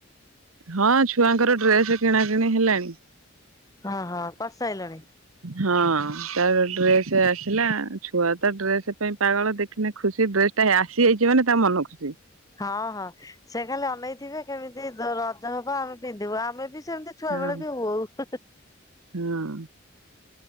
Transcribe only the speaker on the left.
ହଁ ହଁ କରିସାଇଲଣି
ହଁ ହଁ ସେ ଖାଲି ଅନେଇଥିବେ କେମିତି ରଜ ହବ ଆମେ ପିନ୍ଧିବୁ ଆମେ ବି ସେମିତି ଛୁଆ
ବେଳେ ଯୋଉ